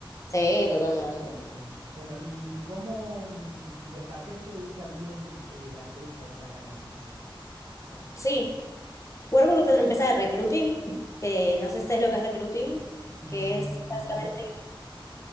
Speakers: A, on the left; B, on the right.
A: Sí, totalmente.
B: de una. Bueno, ¿y cómo, mm, de acá, a qué se dedica bien eh, la empresa esta canadiense?
A: Sí, Workbook pero empresa de recruiting, que no sé si es lo que es recruiting,
B: Mm,
A: que es básicamente,
B: No,